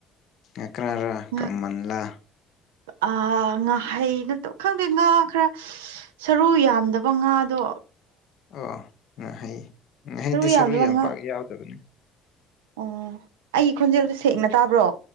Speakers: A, on the left; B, on the right.
A: ꯌꯥꯀ꯭ꯔꯔ
B: ꯉꯥ
A: ꯀꯃꯟꯂ
B: ꯑꯥ ꯉꯥꯍꯩꯅꯠꯇ ꯈꯪꯗꯦ ꯉꯥ ꯈꯔ ꯁꯔꯨ ꯌꯥꯝꯗꯕ ꯕꯉꯥꯗꯣ
A: ꯑꯣ ꯉꯥꯍꯩ ꯉꯥꯍꯩꯗꯤ
B: ꯌꯥꯝꯗꯕ
A: ꯁꯔꯨ ꯌꯥꯝ
B: ꯉꯥ
A: ꯄꯥꯛ ꯌꯥꯎꯗꯕꯅꯤ
B: ꯑꯣ ꯑꯩꯒꯤ ꯈꯣꯟꯖꯦꯜꯗꫭ ꯁꯦꯡꯅꯥ ꯇꯥꯕ꯭ꯔꯣ